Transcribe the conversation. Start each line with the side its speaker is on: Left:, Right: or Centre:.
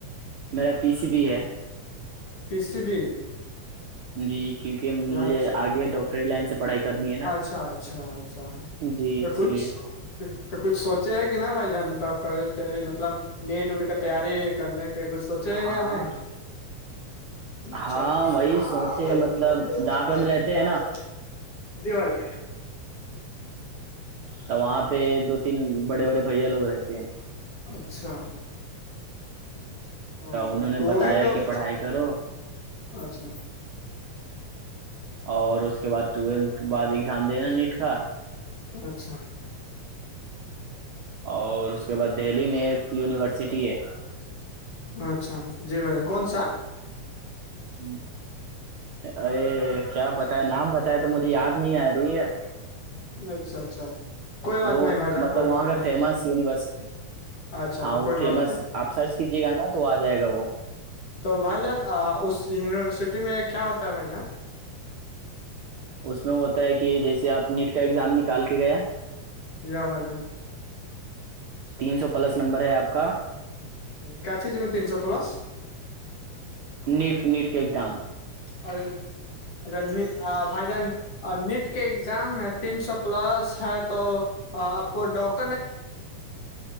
Right: میرا پی سی بھی ہے
Left: پچھ بھی
Right: جی کیوںکہ مجھے
Left: اچھا
Right: آگے ڈاکٹری لائن سے پڑھائی کرنی ہے نا
Left: اچھا اچھا اچھا
Right: جی
Left: تو
Right: اسی
Left: کچھ
Right: لیے
Left: تو کچھ سوچے ہے کہ نہا بھائی جان ڈاکٹری وٹری مطلب نیٹ اٹ کر تیاری کرنے کے کچھ سوچے
Right: ہاں
Left: یا نہیں اچھا
Right: ہاں وہی
Left: ہاں
Right: سوچے
Left: وہی
Right: مطلب
Left: ہوتے ہیں
Right: جہاں
Left: مطلب
Right: پہ ہم رہتے
Left: زیادہ
Right: ہیں نا
Left: ا ج
Right: تو وہاں پہ دو تین بڑے بڑے بھیا لوگ رہتے ہیں
Left: اچھا ہ
Right: انہوں نے
Left: تو وہ
Right: بتایا
Left: بھی لوگ
Right: کہ پڑھائی کرو
Left: اچھا
Right: اور اس کے بعد ٹویلتھ بعد ایگزام دینا نیٹ کا
Left: اچھا
Right: اور اس کے بعد دہلی میں ایک یونیورسٹی ہے
Left: اچھا جی بھائی کون سا
Right: ہوں ارے کیا بتایا نام بتایا تو مجھے یاد نہیں آ رہی ہے
Left: اچھا اچھا کوئی بات
Right: وہ
Left: نہیں بھائی جان
Right: مطلب
Left: کوئی
Right: وہاں
Left: بات
Right: کا
Left: نہیں
Right: فیمس یونیورسٹی
Left: اچھا
Right: ہاں
Left: اچھا
Right: وہ
Left: کوئی بات
Right: فیمس
Left: نہیں
Right: آپ سرچ کیجیے گا نا تو آ جائے گا وہ
Left: تو بھائی جان اس یونیورسٹی میں کیا ہوتا ہے بھائی جان
Right: اس میں ہوتا ہے کہ جیسے آپ نیٹ کا ایگزام نکال کے گیا
Left: جیا بائی جان
Right: تین سو پلس نمبر ہے آپ کا
Left: کاچ ج میں تین سو پلس
Right: نیٹ نیٹ کے ایکگزام
Left: اور رن بھائی جن نیٹ کے ایگزام میں تین سو پلس ہے تو آپ کو ڈاکٹ